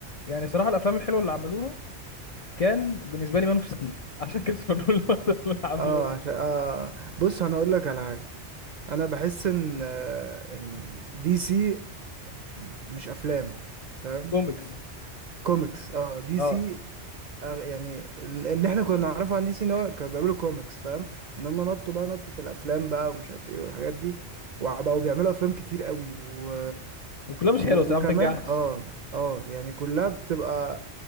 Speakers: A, on the left; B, on the right.
A: يعني صراحة الأفلام الحلوة اللي عملوها كان بالنسبة لي مان اوف ستيل <laughs> عشان كريستوفر نولان برضه اللي عملوه
B: اه
A: لي.
B: عشان آه. بص انا اقول لك على حاجه انا بحس ان آه، ان دي سي مش افلام فاهم
A: كوميكس
B: كوميكس اه دي
A: اه
B: سي أغ... يعني ال- ان احنا كنا نعرفه عن دي سي ان هو كانوا بيعملوا كوميكس فاهم ان هم نطوا بقى نطة الافلام بقى ومش عارف ايه والحاجات دي وبقوا بيعملوا افلام كتير قوي و...
A: وكلها مش
B: و-
A: حلوة صراحة
B: وكمان
A: ما بتنجحش
B: اه اه يعني كلها بتبقى